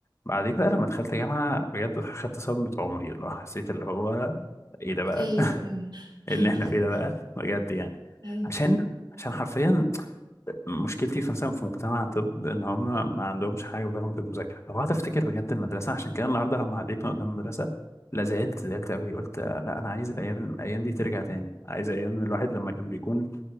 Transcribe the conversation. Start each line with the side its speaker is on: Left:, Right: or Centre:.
Left: بعدين بقى لما دخلت جامعة بجد خدت صدمة عمري اللي هو حسيت اللي هو إيه ده بقى
Right: ايوه
Left: <laughs>
Right: ايوه <laughs>
Left: إيه اللي إحنا فيه ده بقى بجد يعني
Right: ايوه
Left: عشان عشان حرفيا مشكلتي في مثلا في مجتمع طب ان هم ما عندهمش حاجه في بالهم في المذاكره لو قعدت افتكر بجد المدرسه عشان كده النهارده لما عديتنا قدام المدرسه لا زعلت زعلت قوي قلت آه، لا انا عايز الايام الايام دي ترجع تاني عايز ايام الواحد لما كان بيكون